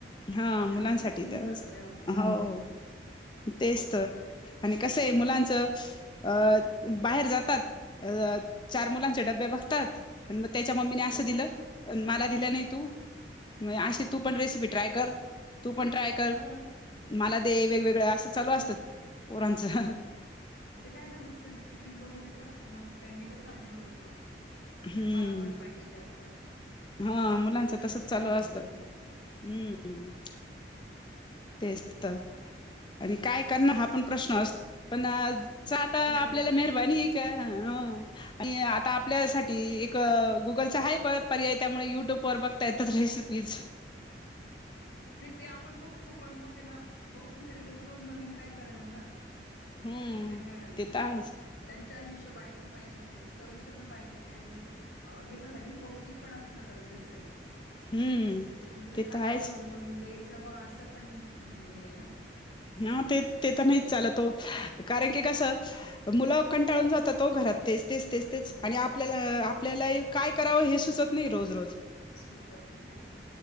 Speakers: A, on the left (about 25°); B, on the left (about 75°).
A: हा
B: आणि
A: मुलांसाठी
B: आपले काम होऊन
A: <unintelligible>
B: जातं तेव्हा.
A: हो तेच तर आणि कसं आहे मुलांचं अ बाहेर जातात अ चार मुलांचे डबे बघतात मग त्याच्या मम्मीने असं
B: हो.
A: दिलं मला दिलं नाही तू अशी तू पण रेसिपी ट्राय कर तू पण ट्राय कर
B: हा
A: मला ते वेगवेगळ असं चालू असतात पोरांचं ह ह
B: ते काय ना दुसऱ्यांचे टिफिन बघून येतात मग त्यांनी कसं आणलं होतं
A: हम्म
B: मग माला पण पाहिजे असं
A: हा मुलांच
B: असं राहतं
A: तसच
B: लहान
A: चालू
B: मुलांचं
A: असतं हम्म तेच त आणि काय करणार हा पण प्रश्न असतो पण आता
B: खूप
A: आपल्याला
B: मोठा प्रश्न
A: मेहरबनी
B: आहे खरंच.
A: एक हं आणि आता आपल्यासाठी एक गुगलचा हाय पर्याय त्यामुळे युट्यूब वर बघ ता येतात रेसिपीज
B: नाय ते आपण बघतो पण मग ये ना बघून तरी रोज रोज नवीन काय करणार ना
A: हम्म
B: त्यांना
A: ते तर आहेच
B: त्यांच्या हिशोबाने पण पाहिजे म्हणजे चविष्ट पण पाहिजे ते आणि हे पण पाहिजे ना पौष्टिक पण असणं गरजेचं आहे
A: हम्म
B: म्हणजे नुसतं
A: ते
B: खाताय
A: तर आहेच
B: म्हणून मग द्यायचं बा असं पण म्हणजे हे नाही ना
A: ह ते ते तर नाहीच चालतो हो कारण की कसं मुलं कंटाळून जातात हो घरात तेच तेच तेच
B: हो
A: आणि आपल्याला आपल्याला ही काय करावं हे सुचत नाही रोज रोज
B: सुचत नाही तेच ना